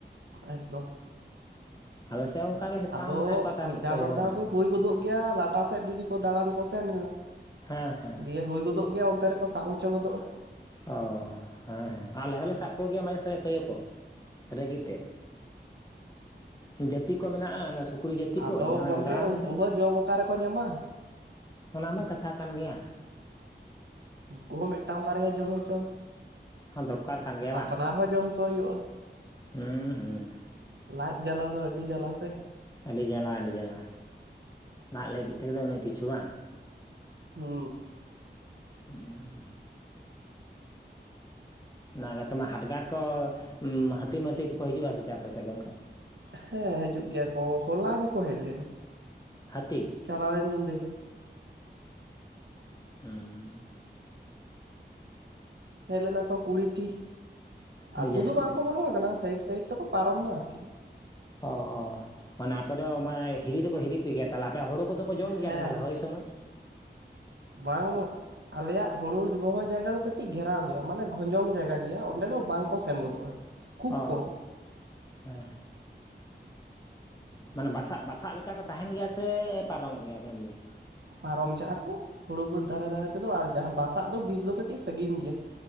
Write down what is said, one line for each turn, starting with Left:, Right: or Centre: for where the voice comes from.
Right: ᱮᱠᱫᱚᱢ
Left: ᱟᱞᱮ ᱥᱮᱫ ᱦᱚᱸ ᱚᱱᱠᱟᱜᱮ ᱥᱮᱛᱟ
Right: ᱟᱫᱚ
Left: ᱦᱚᱸ ᱢᱮᱱᱟᱜ ᱠᱚᱣᱟ ᱛᱟᱨ
Right: ᱢᱤᱫ
Left: ᱢᱚᱫᱽᱫᱷᱮ
Right: ᱫᱷᱟᱣ
Left: ᱛᱳᱭᱳ
Right: ᱵᱟᱨ
Left: ᱦᱚᱸ
Right: ᱫᱷᱟᱣ
Left: ᱢᱮᱱᱟᱜ
Right: ᱫᱚ
Left: ᱠᱚᱣᱟ
Right: ᱦᱩᱭ ᱜᱚᱫᱚᱜ ᱜᱮᱭᱟ ᱮᱴᱟᱜ ᱥᱮᱫ ᱡᱩᱫᱤ ᱠᱚ ᱫᱟᱬᱟᱱ ᱠᱚ ᱥᱮᱱ ᱮᱱᱟ
Left: ᱦᱮᱸ ᱦᱮᱸ
Right: ᱫᱤᱭᱮ ᱦᱩᱭ ᱜᱚᱫᱚᱜ ᱜᱮᱭᱟ ᱚᱱᱛᱮ ᱨᱮᱠᱚ ᱥᱟᱵ ᱦᱚᱪᱚ ᱜᱚᱫᱚᱜᱼᱟ᱾
Left: ᱚ ᱦᱮᱸ ᱦᱮᱸ ᱟᱞᱮ ᱦᱚᱸᱞᱮ ᱥᱟᱵ ᱠᱚᱜᱮᱭᱟ ᱢᱟᱡᱷᱮ ᱥᱟᱡᱷᱮ ᱛᱩᱭᱩ ᱠᱚ ᱨᱟᱹᱜᱤᱛᱮ ᱡᱟᱹᱛᱤ ᱠᱚ ᱢᱮᱱᱟᱜᱼᱟ ᱚᱱᱟ ᱥᱩᱛ <inaudible> ᱡᱟᱹᱛᱤ
Right: ᱟᱫᱚ
Left: ᱠᱚ ᱚᱱᱟ
Right: ᱜᱚᱝᱠᱮ
Left: ᱚᱫᱟᱜ ᱢᱮᱥᱮ
Right: ᱩᱱᱠᱩ ᱦᱚᱸ ᱡᱚᱢ ᱚᱠᱟ ᱨᱮᱠᱚ ᱧᱟᱢᱟ
Left: ᱚᱱᱟ ᱢᱟ ᱠᱟᱛᱷᱟ ᱠᱟᱱ ᱜᱮᱭᱟ
Right: ᱩᱱᱠᱩ ᱦᱚᱸ ᱢᱤᱫᱴᱟᱝ ᱵᱟᱨᱭᱟ ᱡᱚᱢ ᱦᱚᱪᱚᱱ
Left: ᱦᱚᱸ ᱫᱚᱨᱠᱟᱨ ᱠᱟᱱ ᱜᱮᱭᱟ
Right: ᱟᱯᱱᱟᱨ
Left: ᱵᱟᱝ
Right: ᱦᱚᱸ ᱡᱚᱢ ᱠᱚ ᱦᱩᱭᱩᱜᱼᱟ
Left: ᱦᱩᱸ ᱦᱩᱸ
Right: ᱞᱟᱡ ᱡᱟᱞᱟ ᱫᱚ ᱟᱹᱰᱤ ᱡᱟᱞᱟ ᱥᱮ
Left: ᱟᱹᱰᱤ ᱡᱟᱞᱟ ᱟᱹᱰᱤ ᱡᱟᱞᱟ ᱫᱟᱜ ᱞᱟᱹᱜᱤᱫ ᱛᱜᱮᱚ ᱩᱱᱟᱹᱜ ᱠᱤᱪᱷᱩ ᱵᱟᱝ
Right: ᱦᱩ
Left: ᱦᱩ <inaudible> ᱚᱱᱟ ᱜᱟᱛᱮ ᱢᱟ ᱦᱟᱰᱜᱟᱨ ᱠᱚ ᱦᱟᱹᱛᱤᱼᱢᱟᱹᱛᱤ ᱠᱚᱠᱚ ᱦᱤᱡᱩᱜᱼᱟ ᱥᱮ ᱪᱮ ᱟᱯᱮ ᱥᱮᱫ ᱜᱚᱢᱠᱮ
Right: ᱦᱮᱸ ᱦᱤᱡᱩᱜ ᱜᱮᱭᱟ ᱠᱚ ᱦᱚᱞᱟ ᱜᱮᱠᱚ ᱦᱮᱡ ᱞᱮᱱᱟ᱾
Left: ᱦᱟᱛᱤ
Right: ᱪᱟᱞᱟᱣᱮᱱ ᱧᱤᱫᱟᱹ ᱜᱮ
Left: ᱦᱩᱸᱻ
Right: ᱦᱮᱡ ᱞᱮᱱᱟ ᱠᱚ ᱠᱩᱲᱤᱴᱤ
Left: ᱟᱹᱰᱤ
Right: ᱟᱛᱩ
Left: ᱡᱟᱹᱥᱛᱤ
Right: ᱫᱚ ᱵᱟᱝ ᱠᱚ ᱵᱚᱞᱚ ᱟᱠᱟᱱᱟ ᱥᱟᱭᱤᱰ ᱥᱟᱭᱤᱰ ᱛᱮᱠᱚ ᱯᱟᱨᱚᱢ ᱱᱟ ᱟᱨᱠᱤ᱾
Left: ᱚ ᱚ ᱢᱟᱱᱮ ᱟᱯᱮᱫᱚ ᱢᱟᱱᱮ ᱦᱤᱨᱤ ᱫᱚᱠᱚ ᱦᱤᱨᱤ <inaudible> ᱛᱟᱦᱮ ᱟᱯᱮ ᱦᱳᱨᱳ ᱠᱚᱫᱚ ᱠᱚ ᱡᱚᱢ ᱜᱮᱭᱟ
Right: ᱦᱮᱸ
Left: ᱛᱟᱦᱚᱞᱮ ᱦᱚᱭ ᱥᱚᱢᱚᱭ
Right: ᱵᱟᱝ ᱟᱞᱮᱭᱟᱜ ᱦᱳᱲᱳ ᱨᱚᱦᱚᱭ ᱡᱟᱭᱜᱟ ᱫᱚ ᱠᱟᱹᱴᱤᱡ ᱜᱷᱮᱨᱟᱣ ᱜᱮᱭᱟ ᱢᱟᱱᱮ ᱜᱷᱚᱸᱡᱚᱝ ᱡᱟᱭᱜᱟ ᱜᱮᱭᱟ ᱚᱸᱰᱮ ᱫᱚ ᱵᱟᱝ ᱠᱚ ᱥᱮᱱ ᱜᱚᱫᱚᱜᱼᱟ ᱠᱷᱩᱵ
Left: ᱚ
Right: ᱠᱚᱢ
Left: ᱦᱮᱸ ᱢᱟᱱᱮ ᱵᱟᱥᱟᱜ ᱵᱟᱥᱟᱜ ᱞᱮᱠᱟ ᱠᱚ ᱛᱟᱦᱮᱱ ᱜᱮᱭᱟ ᱥᱮ ᱯᱟᱨᱚᱢᱚᱜ ᱜᱮᱭᱟ ᱠᱚ ᱮᱢᱱᱤ
Right: ᱯᱟᱨᱚᱢᱪᱟᱜᱼᱟᱠᱚ ᱦᱩᱲᱩ ᱵᱟᱹᱫᱽ ᱫᱷᱟᱨᱮ ᱫᱷᱟᱨᱮ ᱛᱮᱫᱚ ᱟᱨ ᱡᱟᱦᱟᱸ ᱵᱟᱥᱟᱜ ᱫᱚ ᱵᱤᱨ ᱫᱚ ᱠᱟᱹᱴᱤᱡ ᱥᱟᱸᱜᱤᱧ ᱜᱮᱭᱟ